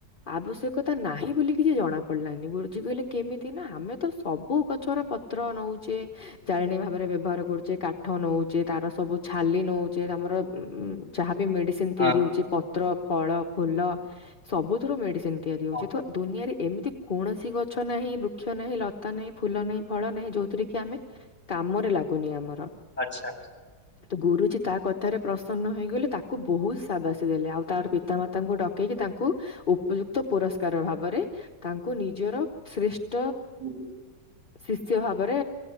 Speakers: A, on the left; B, in the centre.
A: ଆବଶ୍ୟକତା ନାହିଁ ବୋଲି କିଛି ଜଣା ପଡିଲାନି। ଗୁରୁଜୀ କହିଲେ କେମିତି ନା ଆମେ ତ ସବୁ ଗଛ ପତ୍ର ନଉଚେ ଜାଳେଣି ଭାବରେ ବ୍ୟବହାର କରୁଚେ। କାଠ ନଉଚେ ତାର ସବୁ ଛାଲି ନଉ ଯେ ଆମର ଉଁ। <unintelligible> ମେଡିସିନ ତିଆରି
B: ହଁ
A: ହଉଛି ପତ୍ର ଫଳ ଫୁଲ ସବୁଥିରୁ ମେଡିସିନ। ତିଆରି ହଉଛି।
B: ହଁ
A: ତ ଦୁନିଆରେ ଏମିତି କୌଣସି ଗଛ ନାହିଁ ବୃକ୍ଷ ନାହିଁ ଲତା ନାହିଁ ଫୁଲ ନାହିଁ ଫଳ ନାହିଁ ଯୋଉଥିରେ କି ଆମେ କାମରେ ଲାଗୁନି ଆମର।
B: ଆଚ୍ଛା।
A: ତୋ ଗୁରୁୁ କିଛି ତା କଥାରେ ପ୍ରସନ୍ନ ହୋଇଗଲେ ତାକୁ ବହୁତ ସାବାସୀ ଦେଲେ। ଆଉ ତାର ପିତାମାତାଙ୍କୁ ଡକେଇକି ତା ତାକୁ ଉପଯୁକ୍ତ ପୁରସ୍କାର ଭାବରେ ତାଙ୍କୁ ନିଜର ଶ୍ରେଷ୍ଠ
B: ହୁଁ।
A: ଶିସ୍ୟ ଭାବରେ